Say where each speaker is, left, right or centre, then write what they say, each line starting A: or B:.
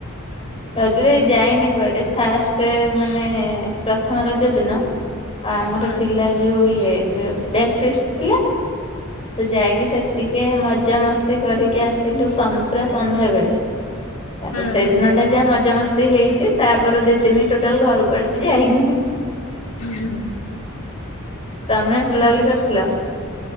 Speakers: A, on the left; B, on the left.
A: ରଜରେ ଯାଇନି କୁଆଡେ। ଫାଷ୍ଟେ ମାନେ ପ୍ରଥମ ରଜ ଦିନ ଆମର
B: ହୁଁ।
A: ଥିଲା ଯୋଉ ଇଏ, ବ୍ୟାଚ୍ ଫିଷ୍ଟ୍ ଥିଲା। ତ ଯାଇକି ସେଇଠି ଟିକେ ମଜା ମସ୍ତ ମସ୍ତି କରିକି ଆସିଲୁ ସନ୍ ପୁରା ସନ୍ଧ୍ୟାବେଳେ। ତାପରେ
B: ହୁଁ
A: ସେଇ ଦିନଟା ଯାହା ମଜା ମସ୍ତି ହେଇଚି, ତାପରେ ଦି ଦିନ ଟୋଟାଲ୍ ଘରୁ କୁଆଡେ ଯାଇନି।
B: ହୁଁ ଉଁ।
A: ତମେ ବୁଲାବୁଲି କରିଥିଲ?